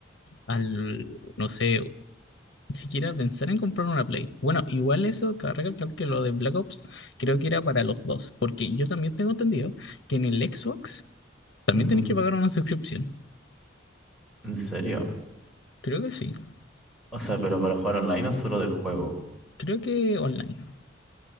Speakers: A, on the left; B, in the centre.
A: al, no sé, siquiera pensar en comprar una Play. Bueno, igual eso, cabe recalcar que lo de Black Ops creo que era para los dos, porque yo también tengo entendido que en el Xbox también
B: Ujú.
A: tenés que pagar una suscripción.
B: ¿En serio?
A: Creo que sí.
B: O sea, pero para jugar online o solo del juego.
A: Creo que online.